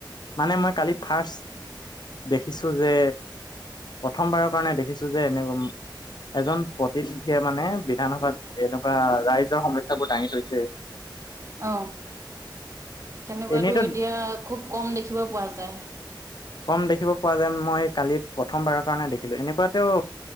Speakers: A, on the left; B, on the right.
A: মানে মই কালি ফাৰ্ষ্ট দেখিছো যে প্ৰথমবাৰৰ কাৰণে দেখিছো যে এনে এজন প্ৰতিনিধিয়ে মানে বিধানসভাত এনেকুৱা ৰাইজৰ সমস্যা বোৰ দাঙি থৈছে।
B: অ, তেনেকুৱাতটো
A: এনেইতো
B: এতিয়া খুব কম দেখিব পোৱা যায়।
A: কম দেখিব পোৱা যায়। মই কালি প্ৰথমবাৰৰ কাৰণে দেখিলো এনেকুৱাতও